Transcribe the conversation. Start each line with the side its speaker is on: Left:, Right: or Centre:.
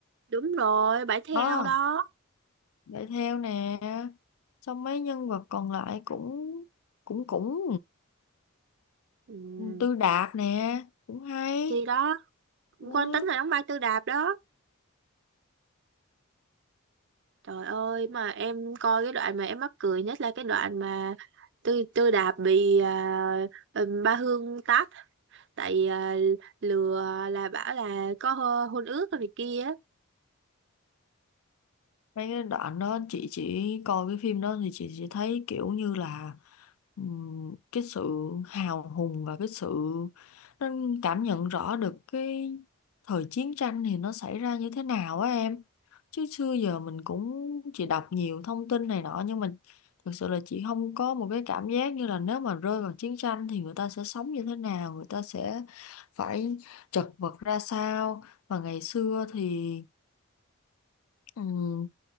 Right: đúng rồi, Bãi Theo
Left: đó
Right: đó.
Left: Bảy Theo nè xong mấy nhân vật còn lại cũng cũng cũng
Right: Ừ.
Left: Tư Đạt nè cũng hay
Right: Thì đó,
Left: đó.
Right: Quang Tấn là đóng vai Tư Đạp đó. Trời ơi mà em coi cái đoạn mà em mắc cười nhất là cái đoạn mà Tư Tư Đạp bị à, ừm, Ba Hương tát tại à, lừa là bảo là có hô- hôn ước rồi này kia
Left: mấy cái đoạn đó chị chỉ coi cái phim đó thì chị chỉ thấy kiểu như là ừm, cái sự hào hùng và cái sự nó cảm nhận rõ được cái thời chiến tranh thì nó xảy ra như thế nào á em chứ xưa giờ mình cũng chỉ đọc nhiều thông tin này nọ nhưng mà thực sự là chị không có một cái cảm giác như là nếu mà rơi vào chiến tranh thì người ta sẽ sống như thế nào người ta sẽ phải chật vật ra sao và ngày xưa thì ừm,